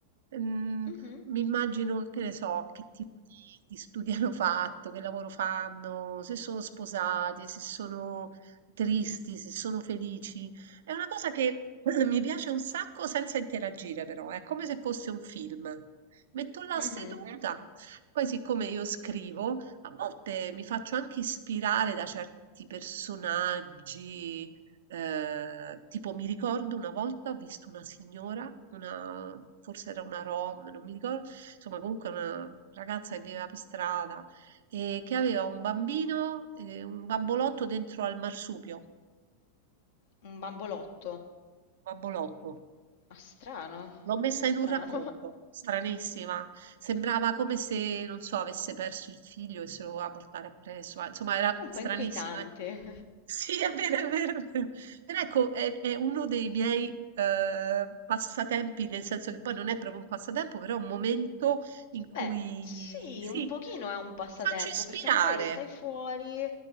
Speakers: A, on the right; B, on the left.
A: Mm,
B: Mhm,
A: mi immagino, che ne so, che tipo di, di studi <laughs> hanno fatto, che lavoro fanno, se sono sposati, se sono tristi, se sono felici. È una cosa che <clears throat> mi piace un sacco senza interagire, però, è come se fosse un film. Metto là
B: mhm,
A: seduta, Mhm. poi siccome io scrivo, a volte mi faccio anche ispirare da certi personaggi, ehm, tipo mi ricordo una volta ho visto una signora, una forse era una rom, non mi ricor insomma comunque una ragazza che viveva per strada e che aveva un bambino, ehm, un bambolotto dentro al marsupio.
B: Un bambolotto.
A: Bambolotto.
B: Ah, strano, un
A: L'ho messa
B: po' strano.
A: in un racconto, stranissima. Sembrava come se, non so, avesse perso il figlio e se lo voleva portare appresso. ma, Insomma,
B: <laughs>
A: era
B: È un
A: stranissima.
B: po' inquietante.
A: ecco. <laughs> Sì, è vero, è vero, è vero. Però ecco, è, è uno dei miei eh, passatempi, nel senso che poi non è proprio un passatempo, però è un momento in cui,
B: Beh, sì,
A: sì,
B: un
A: mi
B: pochino è un passatempo
A: faccio ispirare.
B: perché magari stai fuori